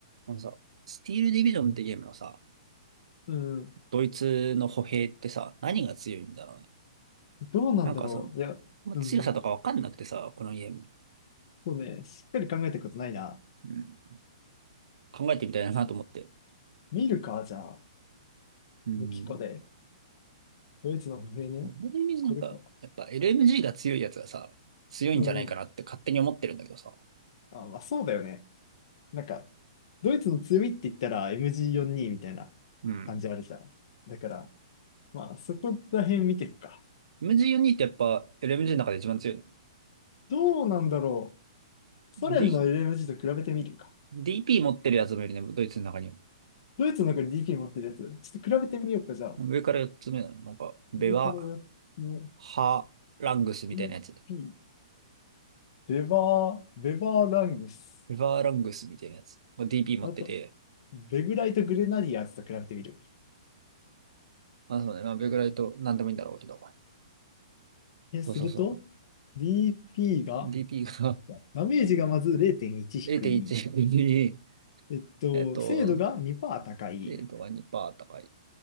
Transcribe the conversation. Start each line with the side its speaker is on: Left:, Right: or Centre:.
Right: あのさ、スティールディビジョンってゲームのさ、
Left: うん。
Right: ドイツの歩兵ってさ、何が強いんだろうね。
Left: どうなんだろう。
Right: なんかその、
Left: いや、
Right: まあ強さとかわかんなくてさ、
Left: うん。
Right: このゲーム。
Left: そうね、しっかり考えたことないな。
Right: うん。考えてみたいなと思って。
Left: 見るか、じゃあ、
Right: うん。
Left: ミキコで。ドイツの歩兵ね。
Right: 俺のイメージなんか、
Left: これか。
Right: やっぱ LMG が強いやつがさ、強いんじゃないかなって勝手に思ってるんだけどさ。
Left: うんうん。あ、まあそうだよね。なんか、ドイツの強みって言ったら MG42 みたいな
Right: うん。
Left: 感じあるじゃん。だから、まあそこら辺見ていくか。
Right: MG42 ってやっぱ LMG の中で一番強いの。
Left: どうなんだろう。ソ連の
Right: D、
Left: LMG と比べてみるか。
Right: DP 持ってるやつもいるね、ドイツの中にも。
Left: ドイツの中に DK 持ってるやつ、ちょっと比べてみようか、じゃあ。
Right: うん。上から4つ目なの。なんか、ベワ、
Left: 上からやっ、ね、
Right: ハ、ラングスみたいなやつ。
Left: e p ベバー、ベバーラングス。
Right: エバーラングスみたいなやつ。DP 持ってて、
Left: あと、ベグライト・グレナディアーズと比べてみる。
Right: まあそうね、まあベグライトなんでもいいんだろうけど。
Left: え、すると、
Right: そうそうそ
Left: DP が、
Right: う。DP が
Left: ダメージがまず0.1低い。
Right: <laughs> 0.1に、
Left: えっと、
Right: えっと、
Left: 精度が2%高い。
Right: 0とか2%高い。